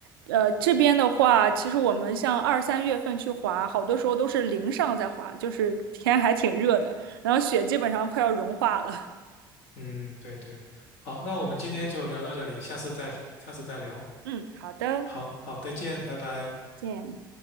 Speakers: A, on the right; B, on the left.
A: 呃，这边的话，其实我们像二三月份去滑，好多时候都是零上在滑，就是天还挺热的，然后雪基本上快要融化了。
B: 嗯，对对。好，那我们今天就聊到这里，下次再下次再聊。
A: <laughs> 嗯，好的，再
B: 好好，再见，拜拜。
A: 见。